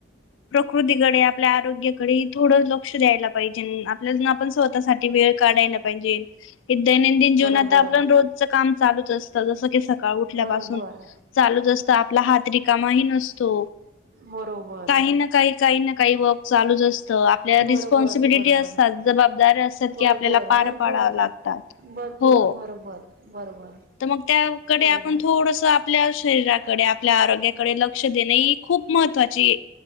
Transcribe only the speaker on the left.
प्रकृतीकडे आपल्या आरोग्याकडे थोडं लक्ष द्यायला पाहिजे आपण स्वतःसाठी वेळ काढायला पाहिजे दैनंदिन जीवन
आता आपण रोजच काम चालूच असत जसं की सकाळ उठल्यापासून
चालूच असतं आपला हात रिकामाही नसतो
काही ना काही काही ना काही वर्क चालूच असत आपल्या
रिस्पॉन्सिबिलिटी
अस जबाबदार असत
की आपल्याला पार
पाडाव लागतात
हो
तर मग त्याकडे
आपण थोडस आपल्या शरीराक कडे आपल्या आरोग्याकडे लक्ष देणे ही खूप महत्त्वाची-